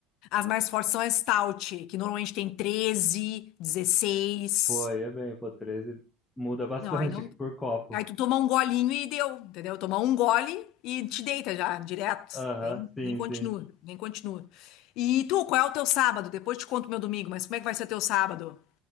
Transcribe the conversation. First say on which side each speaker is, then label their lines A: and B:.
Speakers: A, on the left (about 55°); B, on the left (about 20°).
A: As mais fortes são a Stout, que normalmente tem 13, dezesseis,
B: Pô, aí é bem, pô, 13 muda bastante
A: Não, aí não.
B: <laughs> por copo.
A: Aí tu toma um golinho e deu, entendeu? Toma um gole e te deita já, direto.
B: Aham,
A: Nem,
B: sim,
A: nem continua,
B: sim.
A: nem continua. E tu, qual é o teu sábado? Depois te conto meu domingo, mas como é que vai ser teu sábado?